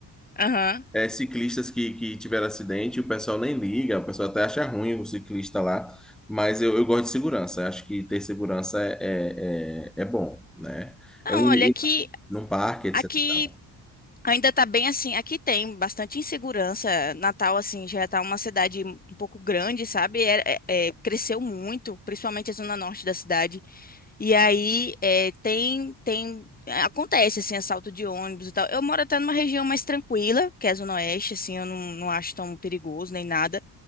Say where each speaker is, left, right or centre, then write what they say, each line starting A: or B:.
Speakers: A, on the left (about 20°); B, in the centre.
A: aham.
B: É, ciclistas que, que tiveram acidente, o pessoal nem liga, o pessoal até acha ruim o ciclista lá. Mas eu, eu gosto de segurança. eu Acho que ter segurança é, é, é é bom, né?
A: Não,
B: É um,
A: olha, aqui,
B: num parque, etc.
A: aqui
B: e tal.
A: ainda tá bem assim. Aqui tem bastante insegurança. Natal, assim, já tá uma cidade um pouco grande, sabe? É- é- é, cresceu muito, principalmente a zona norte da cidade. E aí é, tem, tem. Acontece, assim, assalto de ônibus e tal. Eu moro até numa região mais tranquila, que é a Zona Oeste, assim, eu não, não acho tão perigoso nem nada.